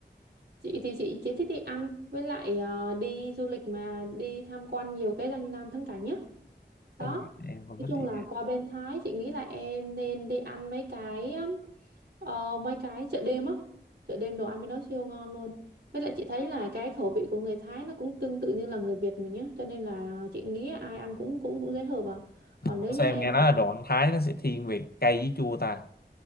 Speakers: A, on the right; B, on the left.
A: chị thì chị chỉ thích đi ăn với lại ờ, đi du lịch mà đi tham quan nhiều cái danh lam thắng cảnh nhá đó
B: Đúng rồi, em cũng
A: nói
B: thích
A: chung
B: đi.
A: là qua bên Thái chị nghĩ là em nên đi ăn mấy cái um, ờ, mấy cái chợ đêm á chợ đêm đồ ăn bên đó siêu ngon luôn với lại chị thấy là cái khẩu vị của người Thái nó cũng tương tự như là người Việt mình á cho nên là chị nghĩ ai ăn cũng cũng cũng dễ hợp à còn
B: Ủa
A: nếu như
B: sao em
A: em
B: nghe nói
A: mà
B: là đồ ăn Thái nó sẽ thiên về cay với chua ta?